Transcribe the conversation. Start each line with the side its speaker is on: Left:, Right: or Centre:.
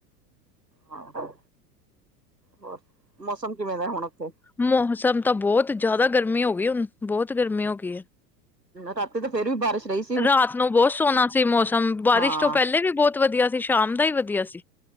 Right: ਹਾਂ, ਹੋਰ ਮੌਸਮ ਕਿਵੇਂ ਦੈ ਹੋਣ ਓਥੇ।
Centre: ਮੌਸਮ ਤਾ ਬੋਤ ਜ਼ਆਦਾ ਗਰਮੀ ਓ ਗਈ ਓਨ ਬੋਤ ਗਰਮੀ ਹੋ ਗਈ ਏ।
Right: ਰਾਤੀ ਤੇ ਫੇਰ ਵੀ ਬਾਰਿਸ਼ ਰਈ ਸ
Centre: ਰਾਤ ਨੂੰ ਬੋਤ ਸੋਨਾ ਸੀ ਮੌਸਮ ਬਾਰਿਸ਼
Right: ਹਾਂ
Centre: ਤੋ ਪੈਲੇ ਵੀ ਬੋਤ ਵਦੀਆ ਸੀ ਸ਼ਾਮ ਦਾ ਈ ਵਦੀਆ ਸੀ।